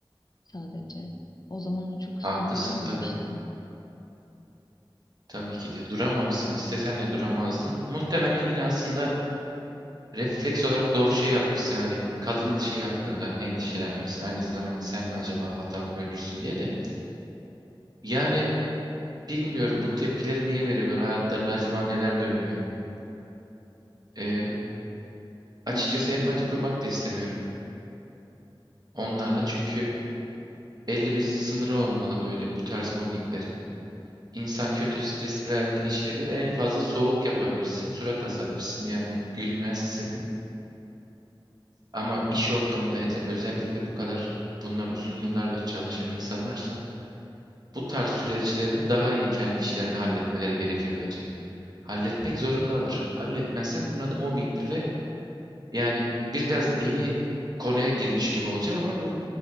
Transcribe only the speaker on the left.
sadece. O zaman çok üstünde
durmamıştım.
Yani ben
de bilmiyorum.